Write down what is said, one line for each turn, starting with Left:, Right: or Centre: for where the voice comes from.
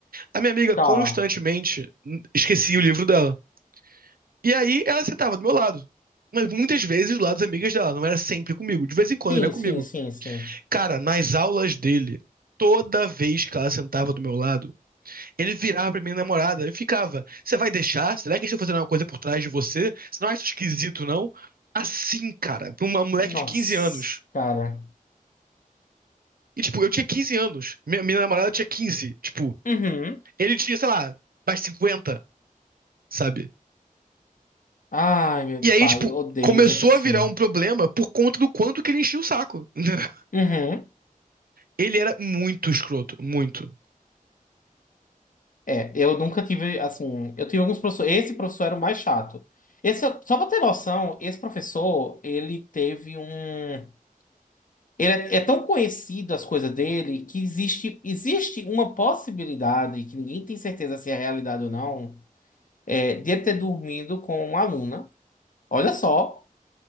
Right: A minha amiga
Left: tá.
Right: constantemente n- esquecia o livro dela. E aí ela sentava do meu lado. Mas muitas vezes do lado das amigas dela, não era sempre comigo. De vez em quando
Left: Sim,
Right: era comigo.
Left: sim, sim, sim.
Right: Cara, nas aulas dele, toda vez que ela sentava do meu lado, Ele virava pra minha namorada e ficava. Você vai deixar? Será que eles estão fazendo alguma coisa por trás de você? Você não acha isso esquisito, não? Assim, cara, pra uma moleque
Left: Nossa,
Right: de quinze anos.
Left: cara.
Right: E, tipo, eu tinha 15 anos. Minha, minha namorada tinha quinze Tipo,
Left: Uhum.
Right: ele tinha, sei lá, mais cinquenta sabe?
Left: Ai, meu
Right: E aí,
Left: pai,
Right: tipo,
Left: eu odeio
Right: começou
Left: gente assim.
Right: a virar um problema por conta do quanto que ele enchia o saco. <laughs>
Left: Uhum.
Right: Ele era muito escroto, muito.
Left: É, eu nunca tive, assim, eu tive alguns professores, esse professor era o mais chato. Esse, só pra ter noção, esse professor, ele teve um... Ele é, é tão conhecido as coisas dele que existe, existe uma possibilidade, que ninguém tem certeza se é realidade ou não, é, de ele ter dormido com uma aluna, olha só,